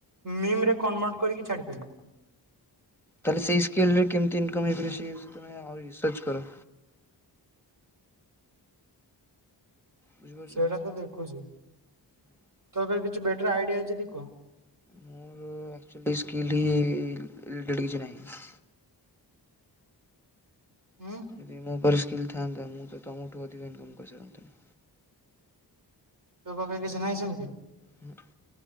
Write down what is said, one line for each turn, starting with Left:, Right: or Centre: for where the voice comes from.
Right: ମିମ ରେ କନଭର୍ଟ କରିକି ଛାଡ଼ିପାରିବି।
Centre: ତାହେଲେ ସେଇ ସ୍କିଲ୍ ରେ କେମିତି ଇନକମ୍ ହେଇପାରିବ ସେ ବିଷୟ ତମେ ଆହୁରି ରିସର୍ଚ କର। ବୁଝିପାରୁଛ?
Right: ସେଇଟା ତ ଦେଖୁଚି ତୋ ଧେରେ କିଛି ବେଟର ଆଇଡିଆ ଅଛି ଯଦି କହ।
Centre: ମୋର ଆକ୍ଚ୍ୟୁଲି ସ୍କିଲ ଇଏ ଲେ ରିଲେଟେଡ କିଛି ନାହିଁ।
Right: ଉଁ?
Centre: ଯଦି ମୋ ପାଖରେ ସ୍କିଲ୍ ଥାଆନ୍ତା। ମୁଁ ତ ତମଠୁ ଅଧିକ ଇନକମ୍ କରିସାରନ୍ତଣି।
Right: ତୋ ପାଖେ କିଛି ନାହିଁ ସେମିତି?
Centre: ହୁଁ।